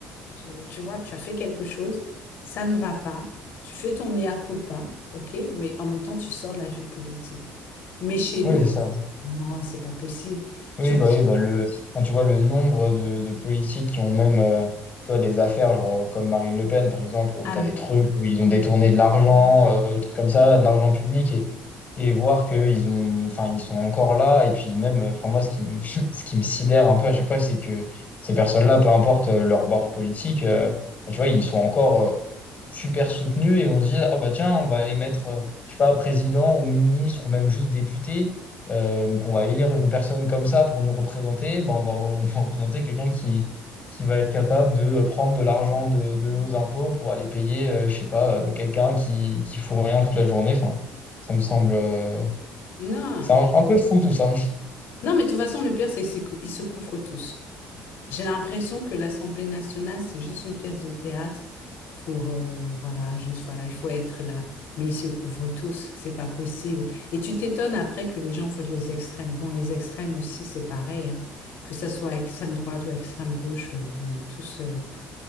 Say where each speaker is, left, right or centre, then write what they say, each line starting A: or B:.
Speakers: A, on the left; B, on the left.
A: Tu, tu vois, tu as fait quelque chose, ça ne va pas, tu fais ton mea culpa, ok, mais en même temps, tu sors de la vie politique. Mais chez
B: oui,
A: nous,
B: c'est ça.
A: non, c'est pas possible.
B: Oui,
A: Tu
B: bah
A: dis,
B: oui, bah le, quand tu vois le nombre de, de politiques qui ont même euh, tu vois, des affaires, genre euh, comme Marine Le Pen, par exemple, où
A: ah
B: tu
A: mais
B: as des trucs où ils ont détourné de l'argent, euh, des trucs comme ça, de l'argent public, et, et voir qu'ils ont, enfin, ils sont encore là. Et puis même, euh, enfin, moi, ce qui me, <laughs> ce qui me sidère un peu à chaque fois, c'est que ces personnes-là, peu importe euh, leur bord politique, euh, bah, tu vois, ils sont encore super soutenu et on se dit, ah bah tiens, on va aller mettre, euh, je sais pas, président ou ministre ou même juste député, euh, donc on va élire une personne comme ça pour nous représenter, bah on va, re- <laughs> on va représenter quelqu'un qui, qui va être capable de euh, prendre de l'argent de, de nos impôts pour aller payer, euh, je sais pas, euh, quelqu'un qui, qui fout rien toute la journée. Enfin, ça me semble, euh,
A: non,
B: c'est un, un peu fou tout ça.
A: non, mais de toute façon, le pire, c'est qu'ils se couvrent tous. J'ai l'impression que l'Assemblée nationale, c'est juste une pièce de théâtre pour, euh, voilà, juste, voilà, il faut être là. Mais ils se couvrent tous, c'est pas possible. Et tu t'étonnes après que les gens votent les extrêmes. Bon, les extrêmes aussi, c'est pareil, hein. Que ça soit extrême droite ou extrême gauche, euh, on est tous, euh, pff.